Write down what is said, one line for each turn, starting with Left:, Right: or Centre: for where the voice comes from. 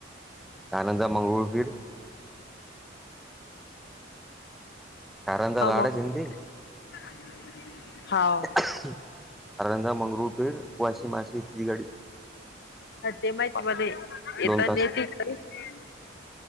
Centre: कारंजा मंगळूर <unintelligible> कारंजा
Left: <unintelligible>
Centre: लाडाच आहे ना ते कारंजा मंगळूर <unintelligible> वाशी माशी <unintelligible>
Left: ह ते माहित मणे येता
Centre: दोन तास
Left: ने <unintelligible>